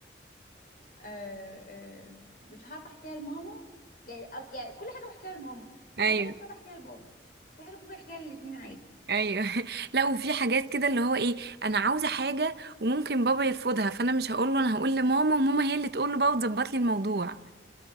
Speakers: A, on the left (about 50°); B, on the right (about 60°).
A: آه آه مش عارفة احكيها لماما يعني أو- يعني كل حاجة بحكيها لماما بس
B: ايوه
A: في حاجة مش عارفة احكيها لبابا في حاجة ممكن احكيها للاتنين عادي
B: ايوه <laughs> لا وفي حاجات كده اللي هو ايه انا عاوزه حاجه وممكن بابا يرفضها فانا مش هقول له انا هقول لماما وماما هي اللي تقول له بقى وتظبط لي الموضوع